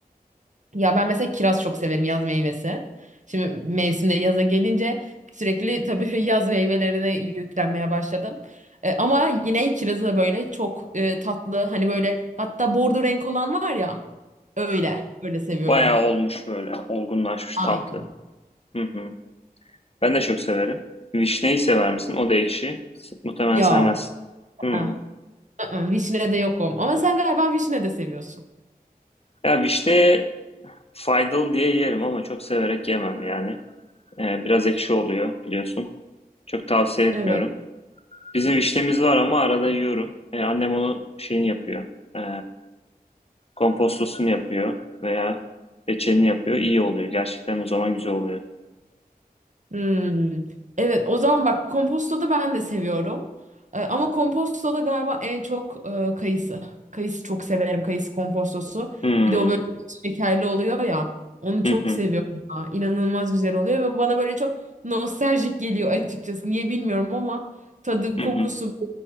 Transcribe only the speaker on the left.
Bayağı olmuş böyle olgunlaşmış
tatlı. Hı hı. Ben de çok severim. Vişneyi sever misin? O da ekşi. Muhtemelen
sevmezsin. Hı.
Ya vişne faydalı diye yerim ama çok severek yemem yani. Ee, biraz ekşi oluyor biliyorsun. Çok tavsiye etmiyorum.
Bizim vişnemiz var ama arada yiyorum. Ee, annem onu şeyini yapıyor. Ee, kompostosunu yapıyor veya reçelini yapıyor. İyi oluyor. Gerçekten o zaman güzel oluyor.
Hmm.
Hı hı.
Hı
hı.